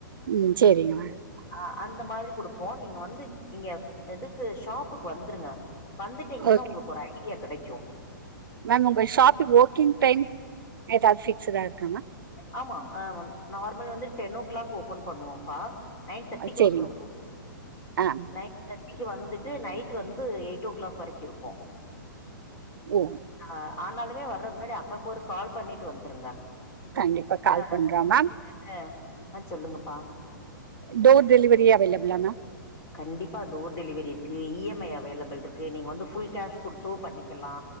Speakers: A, on the right; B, on the left.
A: ம் செரிங் மே
B: அ அந்த மாரி குடுப்போ நீங்க வந்து நீங்க எதுக்கு ஷாப்புக்கு வந்துருங்க வந்துட்டீங்கன்னா
A: ஓகே.
B: உங்களுக்கு ஒரு ஐடியா கெடைக்கு
A: மேம் உங்க ஷாப்பி ஓக்கிங் டைம் <unintelligible> மேம்?
B: ஆமா அ வன் நார்மல் வந்து டென் ஓக் கிளாக் ஓப்பன் பண்ணுவோம்ப்பா நைன் தெர்ட்டிக்கு
A: சரிங்க.
B: வந்துருவோ
A: ஆ மேம்.
B: நைன் தட்டிகு வந்துட்டு நைட் வந்து எயிட் ஓக் கிளாக் வரைக்கு இருப்போ
A: ஓ
B: ஆ ஆனாலுமே வர்றது முன்னாடி அக்காக்கு ஒரு கால் பண்ணிட்டு வந்துருங்க
A: கண்டிப்பா
B: <unintelligible>
A: கால் பண்றோம் மேம்.
B: ஆ சொல்லுங்கப்பா
A: டோர் டெலிவரி அவைலெபுலா மே
B: கண்டிப்பா டோர் டெலிவரி இருக்கு இ எம் ஐ அவைலெபுள் ருக்கு நீங்க வந்து ஃபுல் கேஷ் குடுத்து பண்ணிக்கலா